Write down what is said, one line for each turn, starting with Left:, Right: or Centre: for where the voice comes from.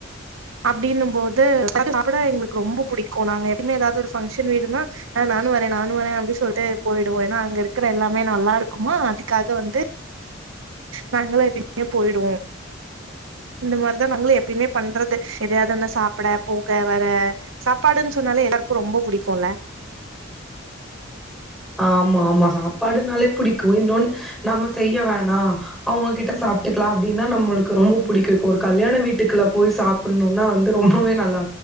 Right: அப்டினு போது <unintelligible> எங்ளுக்கு ரொம்ப புடிக்கும் நாங்க எப்பிமே ஏதாது ஒரு ஃபங்க்ஷன் வீடுனா அஹ் நானு வரேன் நானு வரேன் அப்டி சொல்ட்டு போயிடுவோ ஏனா அங்க இருக்கிற எல்லாமே நல்லாருக்குமா அதுக்காக வந்து நாங்களா <inaudible> போயிடுவோ இந்த மாரிதா நங்குளு எப்பியுமே பண்றது எதையாதுதன்ன சாப்பட போக வர சாப்பாடுன் சொன்னாலே எல்லாருக்கு ரொம்ப புடிக்குல
Centre: ஆமா ஆமா சாப் பாடுனாலே புடிக்கும் இன்னொன்னு நம்ம செய்ய வேணாம் அவுங்ககிட்ட சாப்பிடுக்லாம் அப்டின்னா நம்மளுக்கு ரொம்ப புடிக்கும் இப்போ ஒரு கல்யாண வீட்டுக்ள்ள போய் சாப்புட்ணுன்னா வந்து ரொம்பவே நல்லா